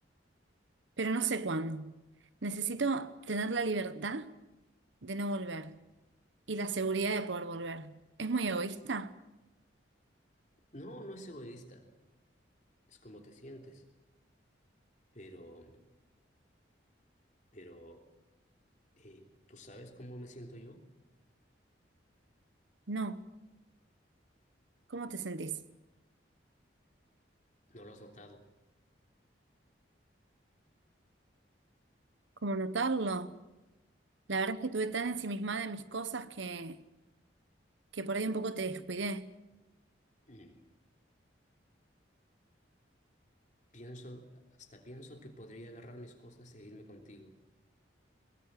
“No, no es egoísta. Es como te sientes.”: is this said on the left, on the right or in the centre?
Left